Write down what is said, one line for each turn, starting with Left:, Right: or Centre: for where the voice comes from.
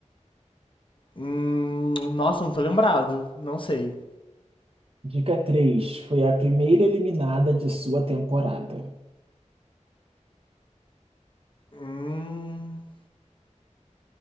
Left: Hum, nossa, não tô lembrado. Não sei.
Right: Dica 3: Foi a primeira eliminada de sua temporada.
Left: Hum,